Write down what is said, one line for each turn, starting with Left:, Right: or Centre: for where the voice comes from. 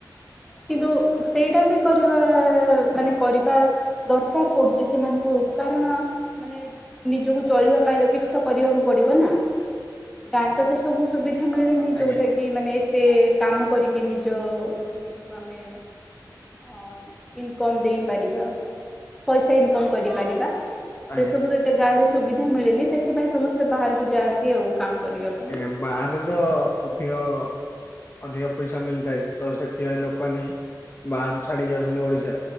Centre: କିନ୍ତୁ ସେଇଟା ବି କରିବା ମାନେ କରିବା। ଦରକାର ପଡୁଛି ସେମାନଙ୍କୁ କାରଣ ମାନେ ନିଜକୁ ଚଳିବା ପାଇଁ ତ କିଛି ତ କରିବାକୁ ପଡିବ ନା ଗାଁରେ ତ ସେ ସବୁ। ସୁବିଧା ମିଳେନି
Left: ଆଜ୍ଞା
Centre: ଯୋଉଟା କି ମାନେ ଏତେ କାମ କରିକି ନିଜ ନି। କମେ ଅ ଇନକମ ଦେଇପାରିବା ପଇସା ଇନକମ କରିପାରିବା।
Left: ଆଜ୍ଞା
Centre: ସେ ସବୁ ଏତେ ଗାଁରେ ସୁବିଧା ମିଳେନି ସେଥିପାଇଁ ସମସ୍ତେ ବାହାରକୁ ଯାଆନ୍ତି ଆଉ କାମ କରିବା ପାଇଁ।
Left: ଆଜ୍ଞା ବାହାରେ ତ ଅଧିକ। ଅଧିକ ପଇସା ମିଳିଥାଏ ତ ସେଥିପାଇଁ ଲୋକ ନେଇ ବାହ ଛାଡି ଯାଉଛନ୍ତି ଓଡିଶା